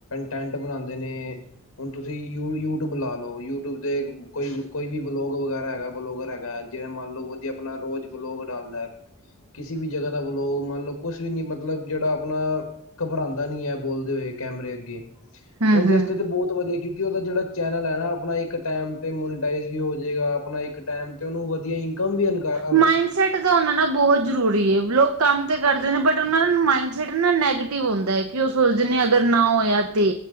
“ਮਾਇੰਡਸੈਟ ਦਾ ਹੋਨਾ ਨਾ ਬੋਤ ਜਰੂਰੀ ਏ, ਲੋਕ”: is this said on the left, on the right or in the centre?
Right